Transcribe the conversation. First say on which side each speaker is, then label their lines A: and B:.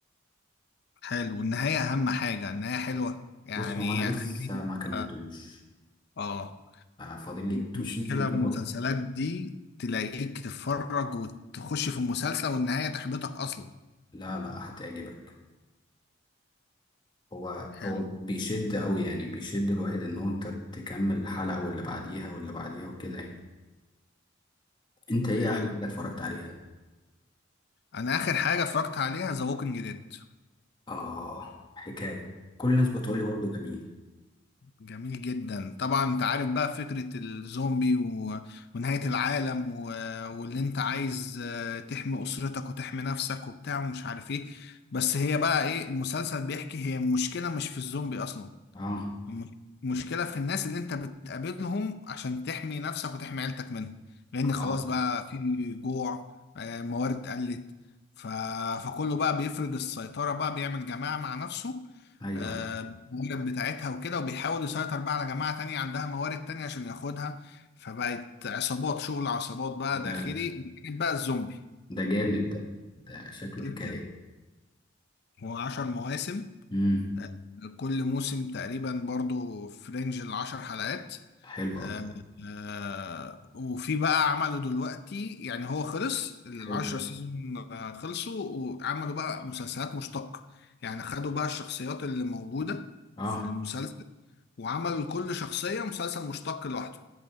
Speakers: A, on the left; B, on the left.
A: حلو والنهاية اهم حاجة النهاية حلوة يعني
B: بص هو أنا لسه
A: هتخليني
B: ما كملتوش
A: اه آه.
B: فاضل لي تو
A: المشكلة
B: سيزون
A: المسلسلات
B: كده وخلاص
A: دي تلاقيك تتفرج وتخش في المسلسل والنهاية تحبطك اصلا
B: لا لا هتعجبك هو
A: حلو
B: هو بيشد أوي يعني بيشد الواحد إن هو أنت تكمل الحلقة واللي بعديها واللي بعديها وكده يعني أنت إيه
A: حلو
B: أحلى حاجة اتفرجت عليها؟
A: انا اخر حاجة اتفرجت عليها ذا ووكينج ديد
B: آه حكاية كل الناس بتقول لي برضه جميل
A: جميل جدا طبعا انت عارف بقى فكرة الزومبي و... ونهاية العالم و... واللي انت عايز آه، تحمي اسرتك وتحمي نفسك وبتاع ومش عارف ايه بس هي بقى ايه المسلسل بيحكي هي المشكلة مش في الزومبي اصلا
B: آه
A: الم- المشكلة في الناس اللي انت بتقابلهم عشان تحمي نفسك وتحمي عيلتك منهم لان خلاص
B: آه
A: بقى في جوع آه، موارد قلت ف... فكله بقى بيفرض السيطرة بقى بيعمل جماعة مع نفسه
B: أيوه
A: آه، الموارد بتاعتها وكده وبيحاول يسيطر بقى على جماعة تانية عندها موارد تانية عشان ياخدها فبقت عصابات شغل عصابات بقى
B: ده
A: داخلي بقى الزومبي
B: ده جامد ده ده شكله
A: جدا
B: حكاية
A: هو عشر مواسم
B: امم
A: آه، كل موسم تقريبا برضو في رينج العشر حلقات
B: حلو
A: آه،
B: أوي
A: آه، وفي بقى عملوا دلوقتي يعني هو خلص العشرة
B: حلو
A: سيزون آه، خلصوا وعملوا بقى مسلسلات مشتقة يعني خدوا بقى الشخصيات اللي موجودة
B: آه
A: في المسلسل وعملوا لكل شخصية مسلسل مشتق لوحده